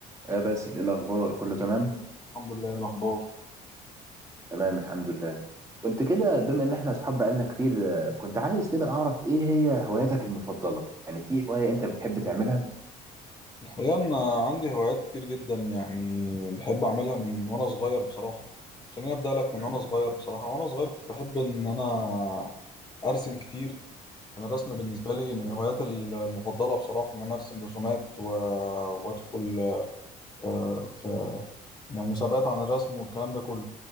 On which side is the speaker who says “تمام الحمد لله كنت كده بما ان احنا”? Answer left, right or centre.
Right